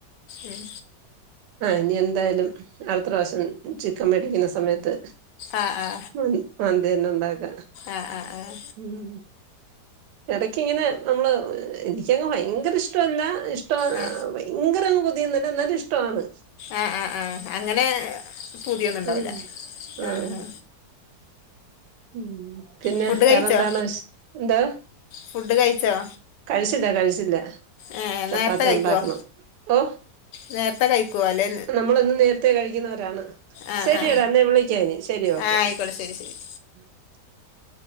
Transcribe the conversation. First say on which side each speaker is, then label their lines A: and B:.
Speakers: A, on the left (about 85°); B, on the right (about 80°).
A: ഉം
B: ഇനിയെന്തായാലും അടുത്ത പ്രാവശ്യം ചിക്കൻ മേടിക്ക്ന്ന സമയത്ത്
A: ആ ആ
B: മ മന്തിയന്നെ ഉണ്ടാക്ക
A: ആ ആ ആ
B: ഉം എടയ്ക്കങ്ങനെ നമ്മള് എനിക്കങ്ങ് ഭയങ്കര ഇഷ്ടവല്ല ഇഷ ടവ്
A: ആ
B: ഭയങ്കരങ്ങ് ബു ദ്ധിന്ന്ട് ന്ന്ട് ഇഷ്ടവാണ്
A: ആ ആ ആ അങ്ങനെ പൂതിയൊന്നുണ്ടാവില്ല
B: ഉം
A: ആ
B: ആഹ്
A: ആ
B: ഉം പിന്നെ
A: ഫുഡ്
B: വേറെന്താണ്
A: കഴിച്ചോ
B: വിശ് എന്തൊ
A: ഫുഡ് കഴിച്ചോ
B: കഴി ഇല്ല കഴിച്ചില്ല
A: ഏ,
B: ചപ്പാത്തി
A: നേരത്തെ കഴിക്കുവോ
B: ഉണ്ടാക്കണം ഓ
A: നേരത്തെ കഴിക്കുമോ അല്ലേ
B: നമ്മളെന്നും നേരത്തെ കഴിക്കുന്നവരാണ്
A: ആ
B: ശരിയടാ
A: ആ
B: അന്നെ വിളിക്കാം ഞാൻ ശരി ഓക്കെ
A: ആ ആയിക്കോട്ടെ ശരി ശരി
B: <inaudible>